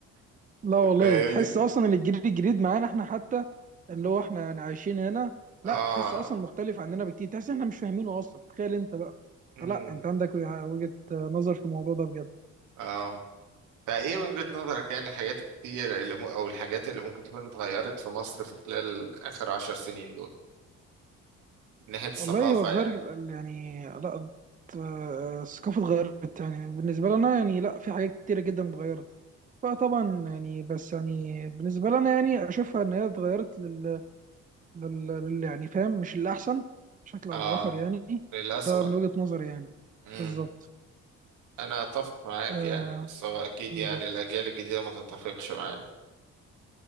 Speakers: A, on the right; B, on the right.
A: لا والله
B: فاهمني
A: تحس اصلا اللي الجيل الجديد معانا احنا حتى اللي هو احنا يعني عايشين هنا
B: اه
A: لا تحسه اصلا مختلف عننا بكتير تحس احنا مش فاهمينه اصلا تخيل انت بقى
B: امم
A: لا انت عندك وجهة نظر في الموضوع ده بجد
B: اه فايه وجهة نظرك يعني الحاجات الكتير اللي م... او الحاجات اللي ممكن تكون اتغيرت في مصر في خلال اخر عشر سنين دول من ناحية الثقافة
A: والله هو اتغير
B: يعني
A: ال- يعني لا ات- آه، الثقافة اتغيرت يعني بالنسبة لنا يعني لا في حاجات كتيرة جدا اتغيرت فطبعا يعني بس يعني بالنسبة لنا يعني أشوفها إن هي اتغيرت لل, لل... لل... يعني فاهم مش الأحسن بشكل أو
B: اه
A: بآخر يعني
B: للأسوأ
A: ده من وجهة نظري يعني
B: امم
A: بالظبط
B: انا اتفق معاك
A: آه
B: يعني بس هو اكيد
A: بالظبط
B: يعني الاجيال الجديدة ما تتفقش معانا